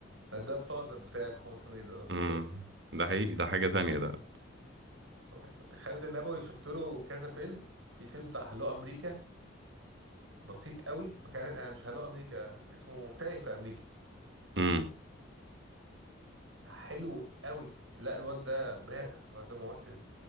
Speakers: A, on the right; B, on the right.
A: الجاد فازر بتاع محمود حميدة ده خد
B: امم
A: بالك
B: ده حقيقي ده حاجة تانية ده
A: بس خالد النبوي شفت له كذا فيلم في فيلم بتاع هلو امريكا بسيط قوي ما كان آه، مش هلو امريكا اسمه تايه في امريكا
B: امم
A: حلو قوي لا الواد ده بارع الواد ده ممثل